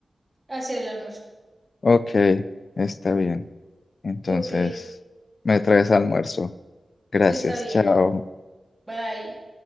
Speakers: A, on the right; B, on the left.
A: hacer el almuerzo.
B: Ok, está bien. Entonces,
A: Ok,
B: me traes almuerzo. Gracias,
A: está bien.
B: chao.
A: Bye.